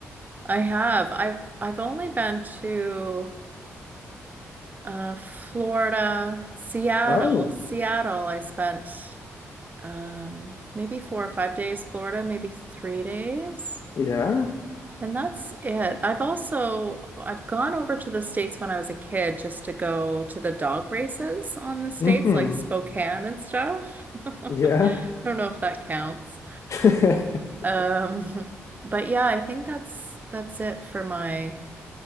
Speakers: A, on the right; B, on the left.
A: I have. I've I've only been to uh Florida, Seattle.
B: Oh,
A: Seattle, I spent um maybe four or five days, Florida, maybe three days.
B: yeah.
A: And that's it. I've also I've gone over to the States when I was a kid just to go to the dog races on the States,
B: Mm-hmm.
A: like Spokane and stuff. <laughs> I
B: Yeah.
A: don't know if that counts.
B: <laughs>
A: Um, <laughs> but yeah, I think that's that's it for my